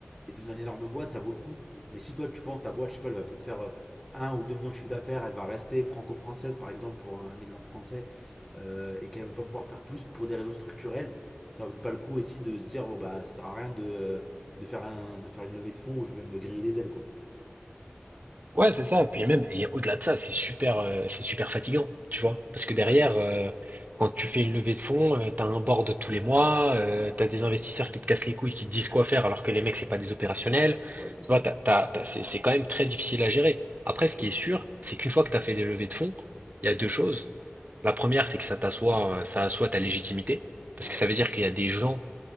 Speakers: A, in the centre; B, on the right.
A: et devenir une énorme boîte, ça vaut le coup. Mais si toi, tu penses ta boîte, je sais pas, elle va peut-être faire euh, 1 ou 2 millions de chiffre d'affaires, elle va rester franco-française, par exemple, pour un exemple français, euh, et qu'elle va pas pouvoir faire plus pour des raisons structurelles, ça va peut-être pas le coup aussi de se dire, bon, bah, ça sert à rien de, euh, de, faire, un, de faire une levée de fonds où je vais me griller les ailes, quoi.
B: Ouais, c'est ça. Puis même, et au-delà de ça, c'est super, euh, c'est super fatigant, tu vois. Parce que derrière,
A: Ouais,
B: euh, quand tu fais une levée de fonds, euh, t'as un board tous les mois, euh, t'as des investisseurs qui te cassent les couilles, qui te disent quoi faire, alors que les mecs, c'est pas des opérationnels.
A: ouais, c'est
B: Tu
A: ça.
B: vois, t'as, t'as- t'as- c'est, c'est quand même très difficile à gérer. Après,
A: c'est sûr.
B: ce qui est sûr, c'est qu'une fois que t'as fait des levées de fonds, il y a deux choses. La première, c'est que ça t'assoit, euh, ça assoit ta légitimité. Parce
A: Ouais,
B: que ça veut dire qu'il y a des gens